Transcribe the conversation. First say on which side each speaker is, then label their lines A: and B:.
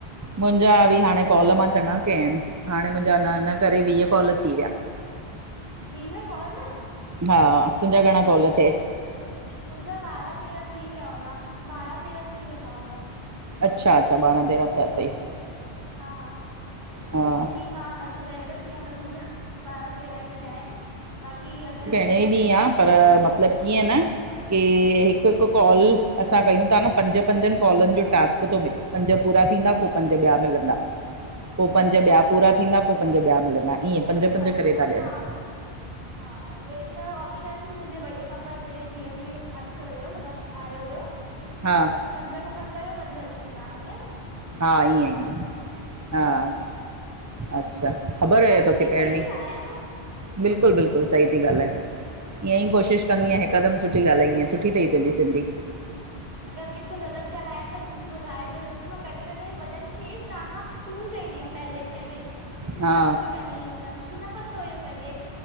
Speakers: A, on the right; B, on the right.
A: मुंहिंजा बि हाणे कॉल मां चङा कया आहिन हाणे मुंहिंजा न न करे वीह कॉल थी विया।
B: वीह कॉर्न
A: हा, तुंजा घणां कॉल थियए?
B: मुंजा ॿारहां तेरहां थी विया हुंदा, बारहां तेरहां थी वेंदा हुंदा।
A: अच्छा- अच्छा, ॿारहां तेरहां थिया तई।
B: हा,
A: हा
B: छोकी मां अॼु पहिरों ॾींहिं आ त मुंहिंजा ॿारहां तेरहां ई थिया हिन, बाक़ी अगर
A: ॾहें ॾींह आ पर मतिलब कीअं न कि हिकु- हिकु कॉल असां कयूं ता न पंज पंजन कॉलन जो टास्क पो तो मिले पंज पूरा थींदा, पो पंज ॿिया मिलंदा। पो पंज
B: अच्छा
A: ॿिया पूरा थींदा, पो पंज ॿिया मिलंदा ईअं पंज-
B: अच्छा
A: पंज
B: अच्छा
A: करे था ॾियनि
B: हा -हा- हा, हे त आप्शन मुंहिंजे वॾे पापा जे धीयन में अचो हुयो, मतलब आयो हुयो
A: हा।
B: पंज ख़तम कयो पंज अचन ता, ईअं न।
A: हा ईंअं ईंयं हा अच्छा ख़बर हुयए
B: मां सिंधी
A: तोखे पेणवी
B: सही थी ॻाल्हायां न
A: बिल्कुल- बिल्कुल सही ती ॻाल्हाए, ईअंई कोशिश कंदी हिंयं हिक् हिकदम सुठी ॻालाईंदींय सुठी तई तुंजी सिंधी।
B: अगरि किथे ग़लति ॻाल्हायां त मुंखे ॿुधाइजो, छोकी मां कॾहिं -कॾहिं वॾनि खे तव्हां तूं चईंदी हम पहिले- पहिले, तुं
A: हा
B: छा ती करी मतलबु मुखे न पतो हुयो पहले